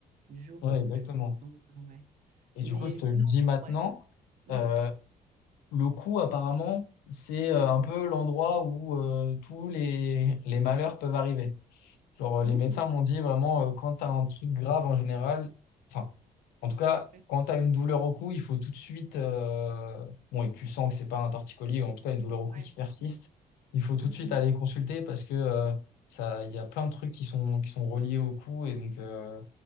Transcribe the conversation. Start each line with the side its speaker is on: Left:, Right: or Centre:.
Right: du jour,
Left: ouais,
Right: euh,
Left: exactement.
Right: du jour au lendemain, ouais.
Left: Et
Right: Mais
Left: du coup, je te le
Right: sinon,
Left: dis maintenant.
Right: ouais. Mm.
Left: euh, Le cou, apparemment, c'est euh, un peu l'endroit où euh, tous les, les malheurs peuvent arriver. Genre, euh,
Right: Mm.
Left: les médecins m'ont dit vraiment, euh, quand tu as un truc grave en général, enfin, en tout cas,
Right: Ouais.
Left: quand tu as une douleur au cou, il faut tout de suite, euh, bon, et que tu sens que c'est pas un torticolis, ou en tout cas une douleur au
Right: Ouais.
Left: cou qui persiste, il faut
Right: Mhm.
Left: tout de suite aller consulter parce que euh, ça, il y a plein de trucs qui sont, qui sont reliés au cou et donc euh,